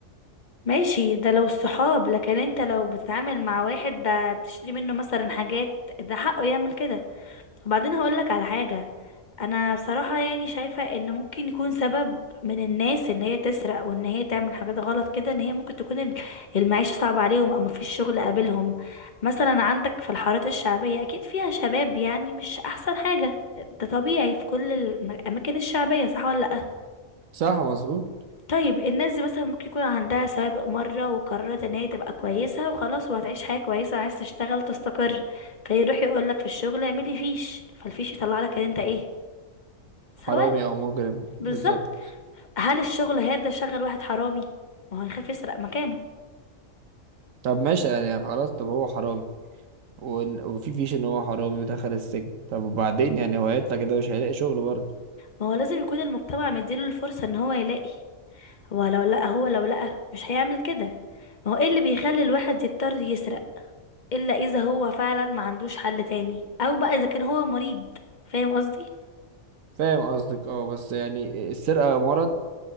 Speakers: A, on the left; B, on the right.
A: ماشي ده لو الصحاب لكن أنت لو بتتعامل مع واحد ده بتشتري منه مثلا حاجات ده حقه يعمل كده وبعدين هقولك على حاجة انا بصراحة يعني شايفة ان ممكن يكون سبب من الناس ان هي تسرق وان هي تعمل حاجات غلط كده ان هي ممكن تكون ال- المعيشة صعبة عليهم او مفيش شغل قابلهم مثلا عندك في الحارات الشعبية اكيد فيها شباب يعني مش احسن حاجة ده طبيعي في كل الاماكن الشعبية صح ولا لأ
B: صح مظبوط
A: طيب الناس دي مثلا ممكن يكون عندها سوابق مرة وقررت ان هي تبقى كويسة وخلاص وهتعيش حياة كويسة عايز تشتغل تستقر فيروح يقولك في الشغل اعملي فيش فالفيش يطلع لك ان انت ايه سواء
B: حرامي او مجرم
A: بالظبط
B: بالظبط
A: هل الشغل هيرضى يشغل واحد حرامي ما هو هيخاف يسرق مكانه
B: طب ماشي يعني خلاص طب هو حرامي وإن- وفي فيش ان هو حرامي ودخل السجن طب وبعدين يعني هو هيطلع كده مش هيلاقي شغل برضه
A: ما هو لازم يكون المجتمع مديله الفرصة ان هو يلاقي هو لو لقى هو لو لقى مش هيعمل كده ما هو ايه اللي بيخلي الواحد يضطر يسرق الا اذا هو فعلا ما عندوش حل تاني او بقى اذا كان هو مريض فاهم قصدي
B: فاهم قصدك اه بس يعني السرقة مرض